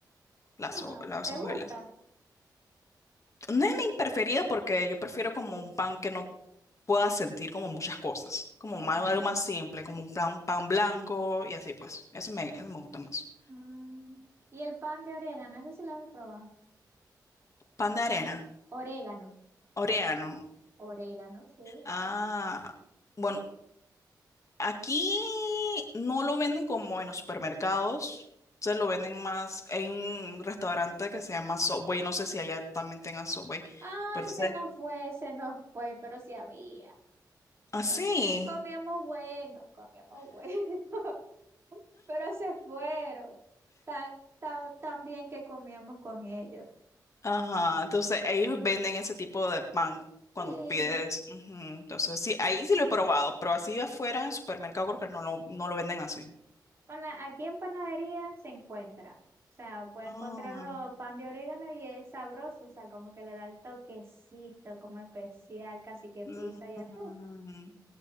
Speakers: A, on the left; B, on the right.
A: las,
B: Ah,
A: ho- las
B: ¿te
A: hojuelas.
B: gusta?
A: No es mi preferida porque yo prefiero como un pan que no pueda sentir como muchas cosas, como
B: Eh,
A: más- algo más simple, como un pan, pan blanco y así pues. Eso me, eso me gusta más.
B: mm. ¿Y el pan de orégano? Eso sí lo has probado.
A: Pan de arena,
B: Orégano,
A: orégano.
B: orégano, sí.
A: Ah, bueno, aquí no lo venden como en los supermercados, se lo venden más en un restaurante que se llama Subway, no sé si allá también tengan Subway,
B: Ay,
A: pero entonces,
B: se nos fue, se nos fue, pero sí había.
A: así.
B: Como- Comíamos bueno, comíamos bueno, <laughs> pero se fueron. Tan, tan, tan bien que comíamos con ellos.
A: Ajá, entonces ellos venden ese tipo de pan cuando
B: Sí.
A: pides. ujú, Entonces, sí, ahí sí lo he probado, pero así afuera en supermercado creo que no lo, no lo venden así.
B: Pana- aquí en panadería se encuentra. O sea, puede
A: Ah,
B: encontrar uno pan de orégano y es sabroso, o sea, como que le da el toquecito, como especial, casi que pizza
A: mm,
B: y todo.